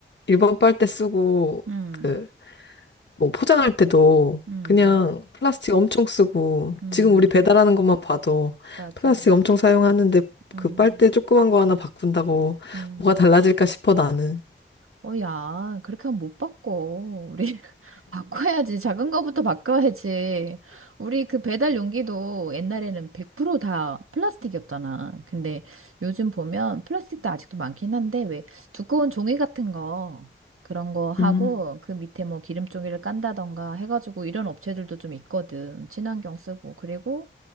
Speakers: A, on the left (about 55°); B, on the right (about 85°).
A: 일반 빨대 쓰고,
B: 음,
A: 그, 뭐 포장할 때도
B: 음,
A: 그냥 플라스틱 엄청 쓰고,
B: 음.
A: 지금 우리 배달하는 것만 봐도
B: 맞아.
A: 플라스틱 엄청 사용하는데
B: 음,
A: 그 빨대 조그만 거 하나 바꾼다고
B: 음.
A: 뭐가 달라질까 싶어 나는.
B: 어, 야, 그렇게 하면 못 바꿔. 우리 <laughs> 바꿔야지. 작은 거부터 바꿔야지. 우리 그 배달 용기도 옛날에는 100%다 플라스틱이었잖아. 근데 요즘 보면 플라스틱도 아직도 많긴 한데, 왜 두꺼운 종이 같은 거, 그런 거 하고,
A: 음,
B: 그 밑에 뭐 기름종이를 깐다던가 해가지고 이런 업체들도 좀 있거든. 친환경 쓰고. 그리고